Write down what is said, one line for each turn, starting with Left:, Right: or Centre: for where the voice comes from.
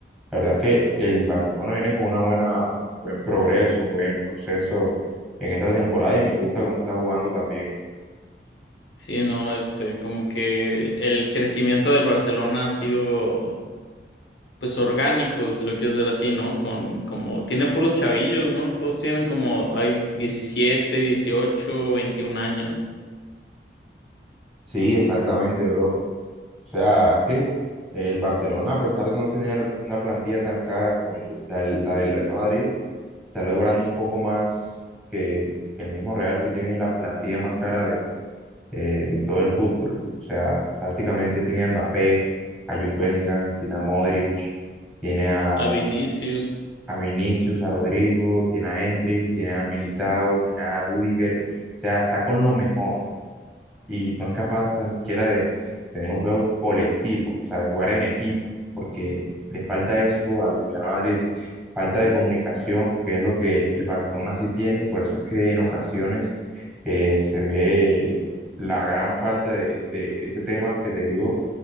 Centre: La verdad es que el Barcelona viene con una buena, buen progreso, un buen proceso en esta temporada y me gusta cómo está jugando también.
Left: Sí, no, este, como que el crecimiento del Barcelona ha sido, pues, orgánico, si lo quieres ver así, ¿no? Con, como, tiene puros chavillos, ¿no? Todos tienen como, hay 17, 18, 21 años.
Centre: Sí, exactamente, bro. O sea, es que el Barcelona, a pesar de no tener una plantilla tan cara como el- la del la del Real Madrid, está logrando un poco más que, que el mismo Real que tiene la plantilla más cara de, eh, de todo el fútbol. O sea, prácticamente tiene a Mbappé, a Jude Bellingham, tiene a Modric, tiene a
Left: A Vinicius,
Centre: a Vinicius, a Rodrigo, tiene a Endrick, tiene a Militao, tiene a Rudiger, o sea, está con lo mejor y no es capaz tan siquiera de tener un juego colectivo, o sea, de jugar en equipo, porque le falta eso al Real Madrid, falta de comunicación, que es lo que el Barcelona sí tiene, y por eso es que en ocasiones eh, se ve la gran falta de, de ese tema que te digo,